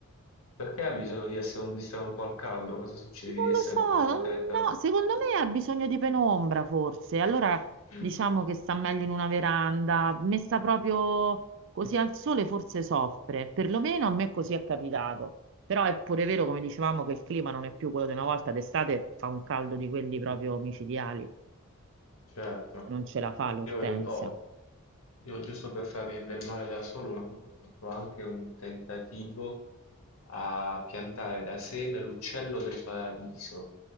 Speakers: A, on the left; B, on the right.
A: Perché ha bisogno di essere un- di stare un po' al caldo? Cosa succede?
B: Non
A: Devi essere
B: lo so,
A: un po' protetta?
B: mm, no, secondo me ha bisogno di penombra forse. Allora
A: Mm,
B: diciamo che sta meglio in una veranda, messa proprio così al sole forse soffre. Perlomeno a me così è capitato. Però è pure vero, come dicevamo, che il clima non è più quello di una volta. D'estate fa un caldo di quelli proprio micidiali.
A: certo.
B: Non ce la fa l'ortensia.
A: Io, in- ho- io giusto per farmi del male da solo, una volta ho fatto anche un tentativo a piantare da seme l'uccello del paradiso,